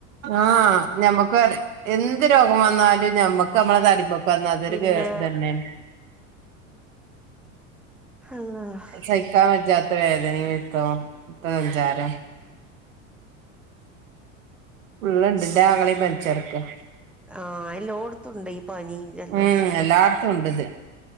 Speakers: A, on the right (about 85°); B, in the centre.
A: ആഹ് ഞമ്മക്കറി എന്ത് രോഗം വന്നാലും ഞമ്മക്ക് നമ്മളെ തടിമേ വന്നാ അതൊരു
B: പിന്നെ
A: കെ ഇതെന്നെ
B: അല്ലാഹ്
A: സഹിക്കാ പറ്റാത്ത വേദനേം വെരുത്തും സഞ്ചാരം
B: ഉം
A: ഉള്ളുണ്ട് ഇന്റെ ആങ്ങളീ പനിച്ച് കെടക്കാ
B: ആഹ് എല്ലോട്ത്തുണ്ട് ഈ പനി ജലദോഷൊക്കെ
A: ഉം എല്ലാട്ത്തു ഉണ്ട്ത്